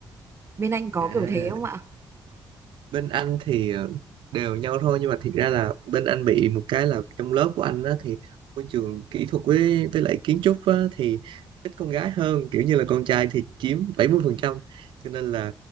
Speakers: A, on the right (about 30°); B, on the right (about 90°).
A: bên anh có
B: à
A: kiểu thế không ạ
B: bên anh thì ờ, đều nhau thôi nhưng mà thiệt ra là bên anh bị một cái là trong lớp của anh á thì môi trường kỹ thuật với với lại kiến trúc á, thì ít con gái hơn kiểu như là con trai thì chiếm bảy mươi phần trăm cho nên là